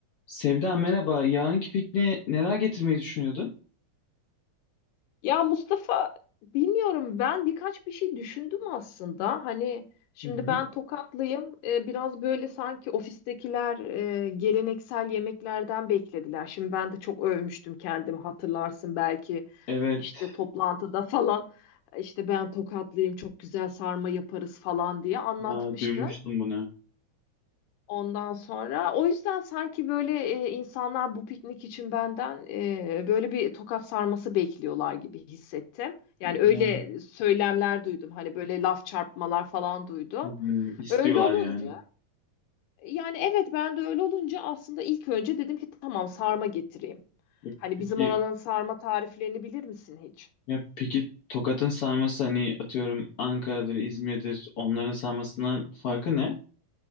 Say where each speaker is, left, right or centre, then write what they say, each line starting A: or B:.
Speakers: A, on the left (about 60°); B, on the left (about 85°).
A: Sevda merhaba. Yarınki pikniğe neler getirmeyi düşünüyordun?
B: Ya Mustafa bilmiyorum ben birkaç bir şey düşündüm aslında. Hani şimdi
A: Hı hı.
B: ben Tokatlıyım. Ee, biraz böyle sanki ofistekiler e, geleneksel yemeklerden beklediler. Şimdi ben de çok övmüştüm kendimi hatırlarsın belki
A: Evet.
B: işte toplantıda falan işte ben Tokatlıyım çok güzel sarma yaparız falan diye anlatmıştım.
A: Ha, duymuştum bunu.
B: Ondan sonra o yüzden sanki böyle e, insanlar bu piknik için benden e, böyle bir tokat sarması bekliyorlar gibi hissettim. Yani öyle
A: Ya,
B: söylemler duydum. Hani böyle laf çarpmalar falan duydum.
A: hmm, istiyorlar
B: Öyle olunca
A: yani.
B: yani evet ben de öyle olunca aslında ilk önce dedim ki tamam sarma getireyim.
A: Ya
B: Hani
A: Peki,
B: bizim oranın sarma tariflerini bilir misin hiç?
A: ya peki Tokat'ın sarması hani atıyorum Ankara'dır, İzmir'dir onların sarmasından farkı ne?